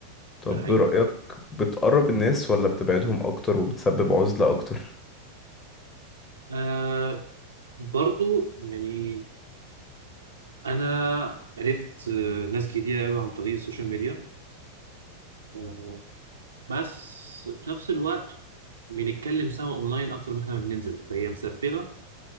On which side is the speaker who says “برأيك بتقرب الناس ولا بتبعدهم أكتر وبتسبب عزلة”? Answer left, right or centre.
Left